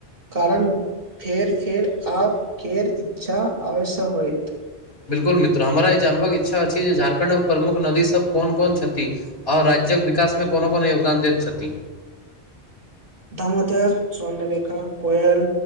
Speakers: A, on the right; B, on the left.
A: कारण फेर फेर आप केर इच्छा आ ओर से होईत
B: बिल्कुल मित्र हमरा ई जानबाक इच्छा अछि जे झारखंडक प्रमुख नदी सब क कोन कोन छै छथि आओर राज्यक विकास मे कोनो कोनो योगदान दैत छथि
A: दामोदर स्वर्णरेखा कोयल